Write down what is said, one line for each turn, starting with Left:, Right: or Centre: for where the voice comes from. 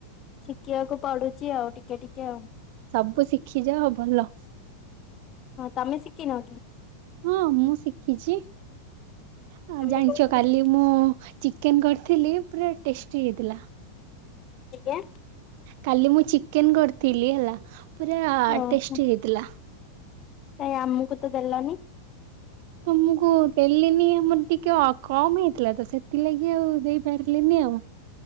Left: ଶିଖିବାକୁ ପଡୁଛି ଆଉ ଟିକେ ଟିକେ ଆଉ।
Right: ସବୁ ଶିଖିଯାଅ ଭଲ।
Left: ହଁ ତମେ ଶିଖିନ?
Right: ହଁ ମୁଁ ଶିଖିଛି ଆ
Left: ତମେ
Right: ଜାଣିଛ
Left: କୋଉ ଶାଗ
Right: କାଲି
Left: ବାଛୁଛ?
Right: ମୁଁ ଚିକେନ୍ କରିଥିଲି ପୁରା ଟେଷ୍ଟି ହେଇଥିଲା।
Left: ଆଜ୍ଞା।
Right: କାଲି ମୁଁ ଚିକେନ୍ କରିଥିଲି ହେଲା ପୁରା
Left: ଓହୋ
Right: ଟେଷ୍ଟି ହେଇଥିଲା।
Left: କାଇଁ ଆମକୁ ତ ଦେଲନି।
Right: ତମକୁ ଦେଲିନି ଆମର ଟିକେ କମ୍ ହେଇଥିଲା ତ ସେଥିଲାଗି ଆଉ ଦେଇପାରିଲିନି ଆଉ।